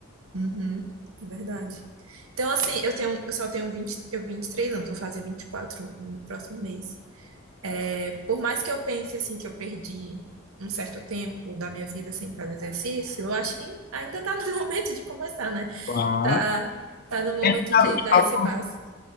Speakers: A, on the right; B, on the left.
A: Uhum, é verdade. Então, assim, eu tenho, eu só tenho vinte eu 23 anos, vou fazer 24 no próximo mês. É, por mais que eu pense, assim, que eu perdi um certo tempo da minha vida sem fazer exercício, eu acho que ainda tá no <laughs> momento de começar, né?
B: Claro.
A: Tá, tá no momento
B: É,
A: de dar
B: cara,
A: esse passo.